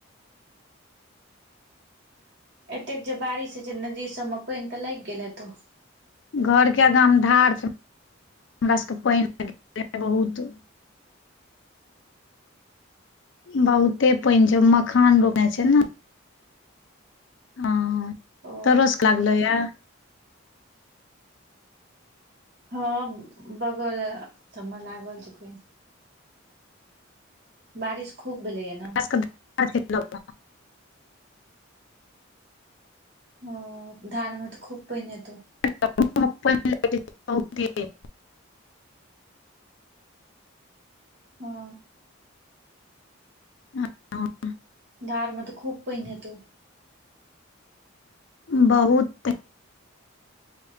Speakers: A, on the right; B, on the left.
A: एतेक जे बारिश है छैय नदी सब मे पानि त लाग गेल हे तो
B: घर के आगा म धार छै हमरा सभकेँ पानि लाग गेलैया बहुत बहुते पानि छै वोमे मखान बोनै छै
A: हँ
B: ने हँ
A: ओ
B: तोरो सकै लागलै य
A: हँ बगल सबमे लागल छै पानि बारिश खूब भेलैय न
B: <inaudible> <inaudible>
A: ओ धाड़ मे त खूब पानि हेतौ
B: ्प <unintelligible> <unintelligible>
A: हँ
B: ह <inaudible> <unintelligible>
A: धार म त खूब पैन हतौ
B: बहुते